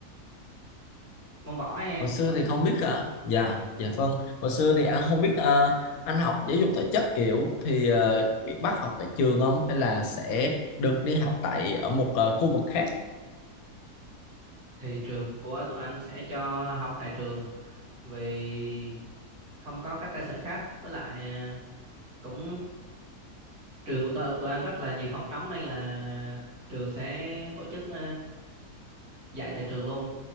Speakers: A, on the right (about 85°); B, on the left (about 75°).
A: môn võ ấy, em
B: hồi xưa
A: võ
B: thì không biết à dạ dạ vâng hồi xưa thì anh không biết à, anh học giáo dục thể chất kiểu thì ờ, bị bắt học tại trường không hay là sẽ được đi học tại ở một ờ, khu vực khác
A: thì trường của tụi anh sẽ cho học tại trường vì không có các cơ sở khác với lại ờ, cũng trường của tôi tụi anh rất là nhiều phòng trống nên là trường sẽ tổ chức ờ, dạy tại trường luôn